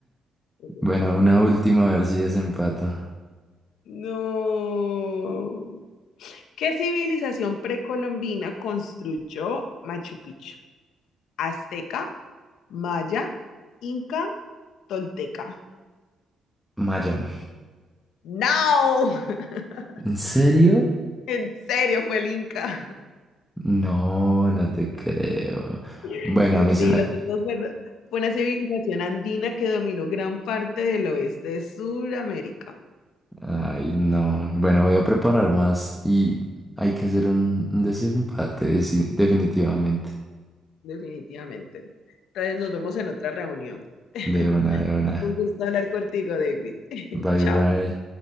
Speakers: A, on the left; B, in the centre.
A: Sí.
B: Bueno, una última, a ver si desempato.
A: No. ¿Qué civilización precolombina construyó Machu Picchu? ¿Azteca, maya, inca, tolteca?
B: Mayo.
A: No. <laughs>
B: ¿En serio?
A: En serio, fue el inca.
B: No, no te creo.
A: <laughs>
B: Bueno, a mí se
A: Sí,
B: me...
A: los incas fueron- fue una civilización andina que dominó gran parte del oeste de Sudamérica,
B: Ay, no. Bueno, voy a preparar más y hay que hacer un, un desempate, deci- definitivamente.
A: definitivamente. Entonces nos vemos en otra reunión. <laughs>
B: De una, de una.
A: Un gusto hablar contigo, David. <laughs>
B: Bye,
A: Chao.
B: bye.